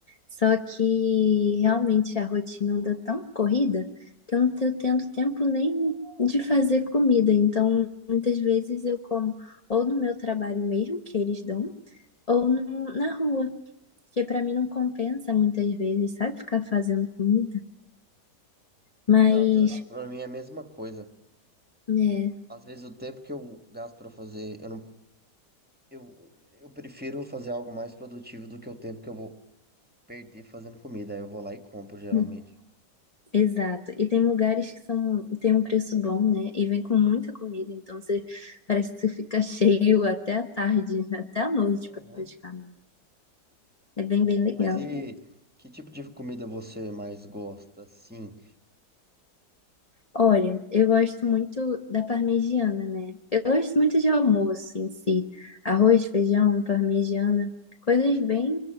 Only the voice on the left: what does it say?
Só que realmente a rotina anda tão corrida que eu não tô tendo tempo nem de fazer comida. Então, muitas vezes eu como ou no meu trabalho mesmo, que eles dão, ou no- na rua. Porque pra mim não compensa muitas vezes, sabe? Ficar fazendo comida. Mas,
é,
hum, exato. E tem lugares que são, tem um preço bom, né? E vem com muita comida, então você parece que você fica <laughs> cheio até a tarde, até a noite
praticamente. É bem, bem legal.
Olha, eu gosto muito da parmegiana, né? Eu gosto muito de almoço em si. Arroz, feijão, parmegiana, coisas bem